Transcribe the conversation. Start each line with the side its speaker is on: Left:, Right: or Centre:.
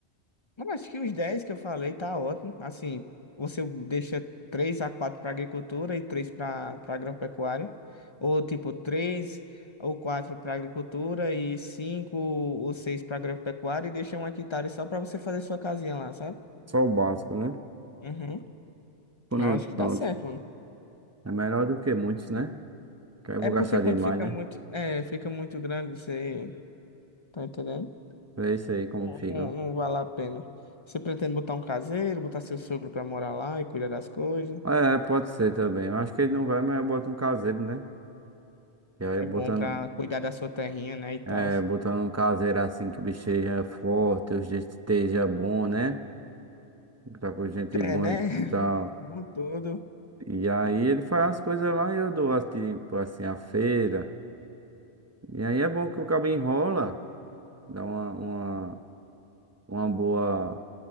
Left: eu acho que os 10 que eu falei tá ótimo. Assim, você deixa 3 a 4 para agricultura e 3 para para agropecuária. Ou tipo, 3 ou 4 para agricultura e 5 ou 6 para agropecuária e deixa um hectare só para você fazer sua casinha lá, sabe?
Right: Só o básico, né?
Left: Uhum.
Right: Pronto,
Left: Eu acho que
Right: pronto.
Left: dá certo, mano.
Right: É melhor do que muitos, né? Que aí eu
Left: É
Right: vou
Left: porque
Right: gastar
Left: quando
Right: demais,
Left: fica
Right: né?
Left: muito, é, fica muito grande, você tá entendendo?
Right: Pra isso aí como
Left: Não,
Right: fica.
Left: não não vale a pena. Você pretende botar um caseiro, botar seu sogro pra morar lá e cuidar das coisas.
Right: É, pode ser também. Eu acho que ele não vai, mas eu boto um caseiro, né? E aí
Left: É
Right: botando,
Left: bom pra cuidar da sua terrinha, né, e tal.
Right: é, botando um caseiro assim que o bicho seja forte, o gente esteja bom, né? Tá com gente
Left: É,
Right: boa
Left: né?
Right: e
Left: <laughs>
Right: tal.
Left: Bom tudo.
Right: E aí ele faz as coisas lá e eu dou assim, tipo assim, a feira. E aí é bom que o cabo enrola, dá uma, uma, uma boa,